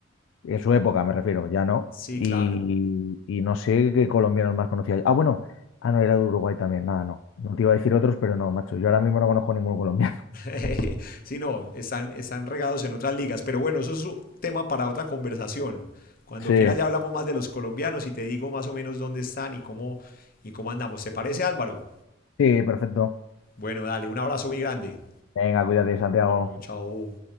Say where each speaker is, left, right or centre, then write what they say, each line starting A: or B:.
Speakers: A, on the left; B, on the left.
A: En su época, me refiero, ya no.
B: Sí,
A: Y,
B: claro.
A: y no sé qué colombianos más conocía. Ah, bueno, ah, no, era de Uruguay también, nada, no. No te iba a decir otros, pero no, macho, yo ahora mismo no conozco ningún colombiano. <laughs>
B: <laughs> sí, no, están, están regados en otras ligas. Pero bueno, eso es un tema para otra conversación. Cuando
A: Sí.
B: quiera ya hablamos más de los colombianos y te digo más o menos dónde están y cómo, y cómo andamos. ¿Te parece, Álvaro?
A: Sí, perfecto.
B: Bueno, dale, un abrazo muy grande.
A: Venga, cuídate, Santiago.
B: Bueno, chao.